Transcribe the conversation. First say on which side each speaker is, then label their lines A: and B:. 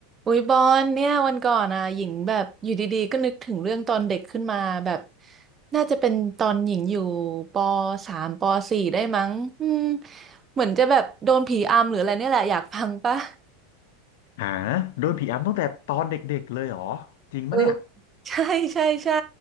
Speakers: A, on the right (about 25°); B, on the left (about 65°).
A: อุ๊ยบอลเนี่ยวันก่อนอ่ะหญิงแบบอยู่ดีๆก็นึกถึงเรื่องตอนเด็กขึ้นมาแบบน่าจะเป็นตอนหญิงอยู่ปสามปสี่ได้มั้งอืมเหมือนจะแบบโดนผีอำหรืออะไรเนี่ยแหละอยากฟังปะ
B: หาโดนผีอำตั้งแต่ตอนเด็กๆเลยเหรอจริงปะเนี่ย
A: เออใช่ใช่ใช่